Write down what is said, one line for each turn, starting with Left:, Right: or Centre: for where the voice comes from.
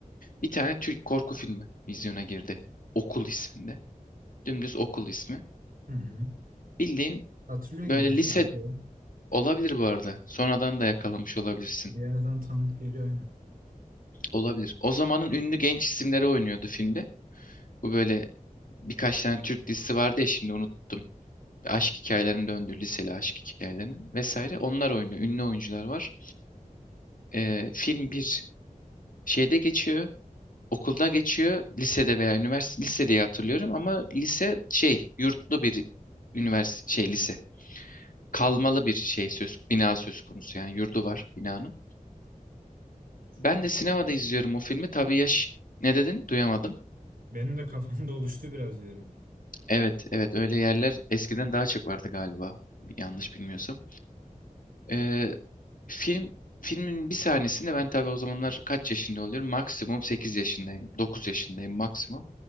Left: Bir tane Türk korku filmi vizyona girdi. Okul isminde. Dümdüz Okul ismi.
Right: Hı hı.
Left: Bildiğin
Right: Hatırlıyor gibiyim
Left: böyle
Right: sanki.
Left: lise
Right: ya.
Left: olabilir bu arada. Sonradan da yakalamış olabilirsin.
Right: Bir yerden tanıdık geliyor aynen.
Left: Olabilir. O zamanın ünlü genç isimleri oynuyordu filmde. Bu böyle birkaç tane Türk dizisi vardı ya şimdi unuttum. Aşk hikayelerinin döndü. Liseli aşk hikayelerinin vesaire.
Right: Evet
Left: Onlar oynuyor. Ünlü oyuncular var. Ee, film bir şeyde geçiyor. Okulda geçiyor lisede veya üniversite lise diye hatırlıyorum ama lise şey yurtlu bir üniversite şey lise kalmalı bir şey söz bina söz konusu yani yurdu var binanın.
Right: tamam. Oluştu
Left: Ben
Right: kafamda.
Left: de sinemada
Right: şey
Left: izliyorum o filmi tabii yaş ne dedin duyamadım.
Right: Benim de kafamda <laughs> oluştu biraz diyorum.
Left: Evet evet öyle yerler eskiden daha çok vardı galiba yanlış bilmiyorsam. Ee, film filmin bir sahnesinde ben tabii o zamanlar kaç yaşında oluyorum maksimum 8 yaşındayım 9 yaşındayım maksimum